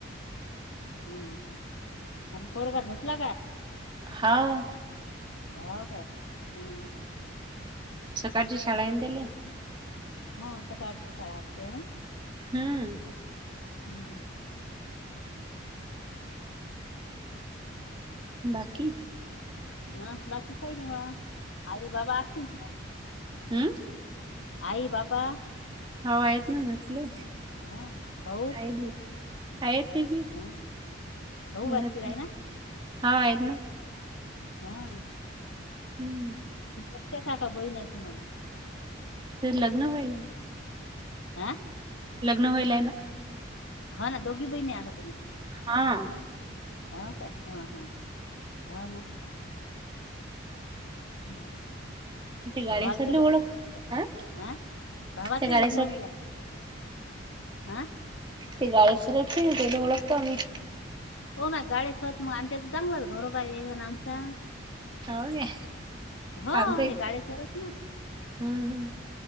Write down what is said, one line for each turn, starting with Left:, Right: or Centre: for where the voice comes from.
Left: हा.. आणि पोरगा झोपला काय?
Right: हां...
Left: हो काय हं....
Right: सकाळची शाळा हाय ना त्याले.
Left: हो सकाळची शाळा असतेय ना,
Right: हम्म.
Left: हम्म.
Right: बाकी?
Left: ह बाकी काही नाही म आई बाबा असतील
Right: अम्म?
Left: आई बाबा
Right: हो आहेत ना, झोपले.
Left: हा भाऊ?
Right: आहेत ते बी
Left: ह भाऊ
Right: <unintelligible>
Left: बागशीर आहे ना
Right: हा आहेत ना.
Left: हा.
Right: हम्म.
Left: <unintelligible> बहीन नाही तुम्हाला?
Right: ती लग्न व्हायल.
Left: आं?
Right: लग्न व्हायला ना.
Left: हा ना दोघी बहीणी आन तुम्ही?
Right: हा.
Left: हा का? हा हा, हा ना. हम्म.
Right: ते गाडे
Left: भावाचे
Right: सरले ओळख
Left: लग्न <unintelligible>
Right: हा
Left: आं भावाचे
Right: ते गाडे
Left: ही लग्न
Right: सर
Left: व्हायला? आ?
Right: ते गाडेसर आहेत ते तेला ओळखतो आम्ही.
Left: हो मग गाळेसर आमच्यात चांगलंच <unintelligible> आहे ना आमचा.
Right: हो काय
Left: हा
Right: आमचं
Left: हे गाडे सर हायत ना.
Right: हम्म हम.